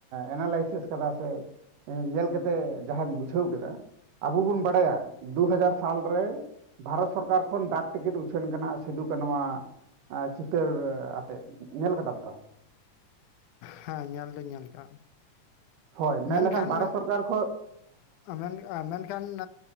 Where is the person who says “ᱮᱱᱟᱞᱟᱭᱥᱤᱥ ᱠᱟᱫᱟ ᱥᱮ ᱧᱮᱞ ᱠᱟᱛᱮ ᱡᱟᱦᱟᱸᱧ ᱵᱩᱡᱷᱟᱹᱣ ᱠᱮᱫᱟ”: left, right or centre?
Right